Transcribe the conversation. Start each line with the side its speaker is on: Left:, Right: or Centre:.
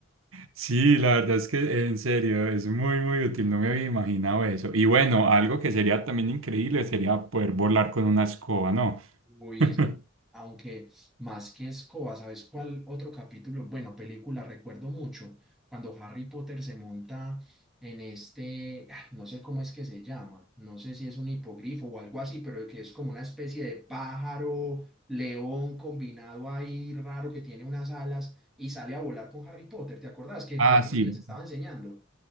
Right: Sí, la verdad es que en serio es muy, muy útil. No me había imaginado eso. Y bueno, algo que sería también increíble sería poder volar con una escoba, ¿no?
Centre: muy
Right: <laughs>
Centre: Aunque más que escoba, ¿sabes cuál otro capítulo? Bueno, película, recuerdo mucho cuando Harry Potter se monta en este, ah, no sé cómo es que se llama, no sé si es un hipogrifo o algo así, pero que es como una especie de pájaro, león combinado ahí raro que tiene unas alas y sale a volar con Harry Potter. ¿Te acordás que
Right: Ah,
Centre: Hagrid
Right: sí.
Centre: les estaba enseñando?